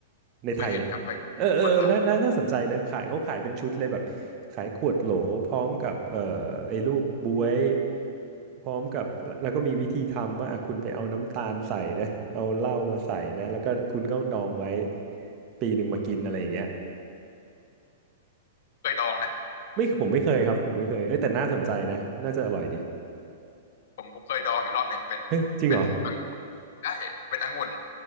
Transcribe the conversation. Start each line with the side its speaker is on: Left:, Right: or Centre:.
Right: ในไทยเนี่ยเออเออเออน่าน่าน่าสนใจนะขายเขาขายเป็นชุดเลยแบบ
Left: เคยเห็นครับเคยเห็นคนลาว
Right: ขายขวดโหลพร้อมกับเอ่อไอ้ลูกบ๊วยพร้อมกับแล้วแล้วก็มีวิธีทำว่าอ่ะคุณไปเอาน้ำตาลใส่นะเอาเหล้ามาใส่นะแล้วก็คุณก็ดองไว้ปีหนึ่งมากินอะไรอย่างเงี้ย
Left: เคยดองนะ
Right: ไม่ผมไม่เคยครับผมไม่เคยเอ้ยแต่น่าสนใจนะน่าจะอร่อยดี
Left: ผมผมเคยดองอยู่รอบหนึ่งเป็นเป็น
Right: เฮ้ยจริงเหรอ
Left: ใช่เป็นองุ่น